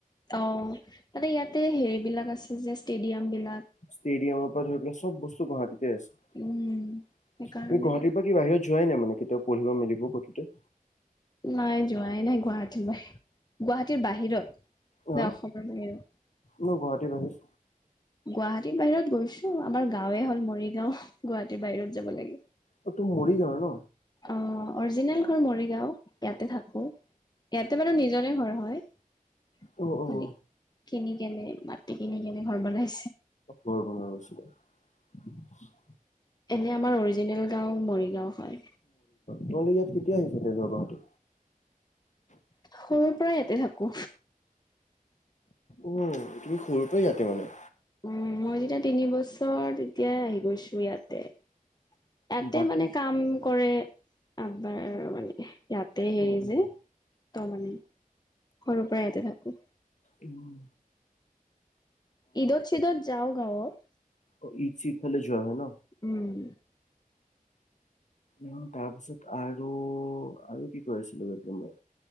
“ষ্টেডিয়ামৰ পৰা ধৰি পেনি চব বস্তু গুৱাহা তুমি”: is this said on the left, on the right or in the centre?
Left